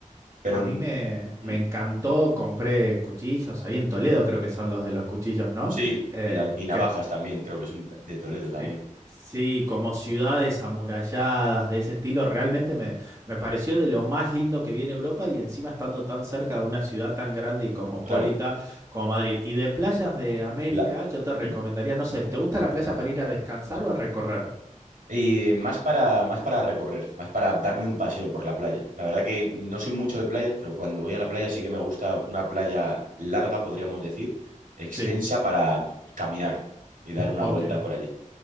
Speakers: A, on the right; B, on the right.
A: Pero
B: A
A: en-
B: mí me, me
A: ¿Mm?
B: encantó, compré cuchillos, ahí en Toledo creo que son los de los cuchillos, ¿no?
A: sí,
B: Eh,
A: y, la- y navajas
B: que
A: también, creo que son de Toledo también.
B: Sí, sí, como ciudades amuralladas de ese estilo, realmente me, me pareció de lo más lindo que vi en Europa y encima estando tan cerca de una ciudad tan grande y cosmopolita
A: Claro.
B: como Madrid. Y de playas de América,
A: La,
B: yo te recomendaría,
A: ¿Mm?
B: no sé, ¿te gusta la playa para ir a descansar o a recorrer?
A: Y más para, más para recorrer, más para darme un paseo por la playa. La verdad que no soy mucho de playas, pero cuando voy a la playa sí que me gusta una playa larga, podríamos decir, extensa
B: Sí,
A: para caminar y dar una
B: ok.
A: vuelta por allí.